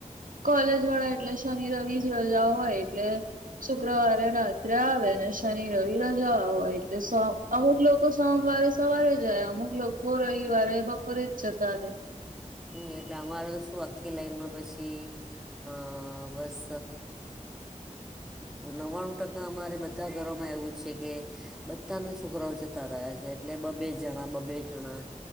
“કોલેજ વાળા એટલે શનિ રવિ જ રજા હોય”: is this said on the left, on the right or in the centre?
Right